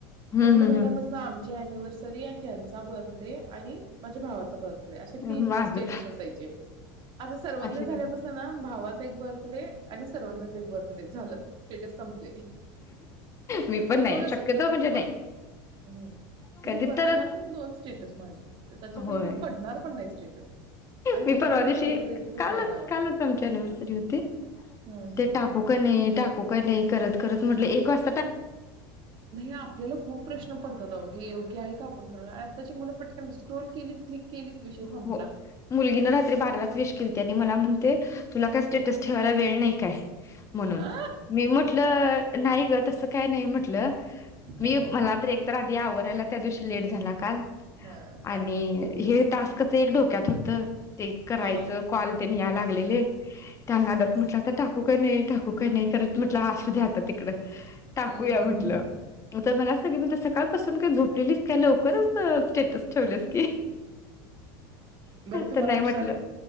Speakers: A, on the left; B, on the right.
A: हम्म
B: लग्न
A: हम्म
B: झाल्यापासून आमची एनिवर सरी आहे आज चा बर्थडे आणि माझ्या भावाचा बर असे
A: हम्म
B: तीन
A: माझ
B: स्टेट असायचे आता सर्वज्ञ
A: असे
B: झाल्यापासन
A: नाही.
B: ना. भावाचा एक बर्थडे आणि सर्वज्ञच एक बर्थडे झालं स्टेटस संपले.
A: मी पण नाही
B: दोनच
A: शक्यतो म्हणजे
B: व
A: नाही
B: हम्म
A: कधी
B: म्हणजे वर्षातून
A: तर.
B: दोन स्टेटस माझे. त्याच्या पलीकडे
A: होय,
B: पडणार पण नाही स्टेटस आणि
A: मी
B: इन्स्टाला
A: परवा दिवशी
B: स्टोरी वगैरेच
A: कालच
B: नाही लावत.
A: कालच आमची अनिव्हर्सरी होती,
B: हम्म
A: ते
B: हम्म हम्म
A: टाकू
B: हम्म.
A: का नाही टाकू का नाही करत करत म्हटलं एक वाज
B: नाही आपल्याला खूप प्रश्न पडतात. अहो हे योग्य आहे. का आपण कर त्याची मुलं पटकन स्क्रोल केली. क्लिक केलीत विषय संपला.
A: हो मुलगीने रात्री बारालाच विश केलीती आणि मला म्हण ते तुला काय स्टेटस ठेवायला वेळ नाही काय? म्हणून
B: आ
A: मी म्हटलं नाही ग तस काय नाही म्हटल म्हटलं
B: हम्म
A: मी मला एक तर ते आवरायला त्या दिवशी लेट झाला काल आणि
B: हा हा हा
A: हे टास्कचं एक डोक्यात होतं. ते करायचं
B: हा.
A: कॉल त्यांनी या लागलेले त्या नादात म्हटलं आता टाकू का नाही, टाकू का नाही करत म्हटलं आसू द्या आता तिकडं, टाकूया
B: हम्म
A: म्हटलं, तर मला असं की सकाळपासून पासुन झोपलेलीस काय लवकरच स्टेटस टेवलीयास की,
B: बरं तुम्हाला
A: तर नाही म्हटलं
B: उशरा